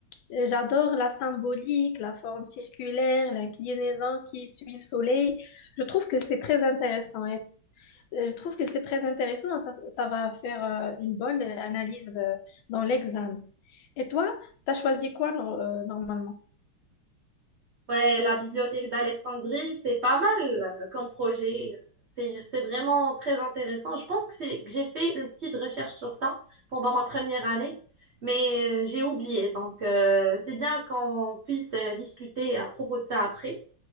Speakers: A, on the left; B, on the right.
A: j'adore la symbolique, la forme circulaire, l'inclinaison qui suit le soleil. Je trouve que c'est très intéressant je trouve que c'est très intéressant. Ça, ça va faire euh, une bonne analyse euh, dans l'examen. Et toi, t'as choisi quoi nor- euh, normalement?
B: Ouais, la bibliothèque d'Alexandrie, c'est pas mal euh, comme projet. C'est, c'est vraiment très intéressant. Je pense que c'est que j'ai fait une petite recherche sur ça pendant ma première année, mais euh, j'ai oublié. Donc, euh, c'est bien qu'on puisse euh, discuter à propos de ça après.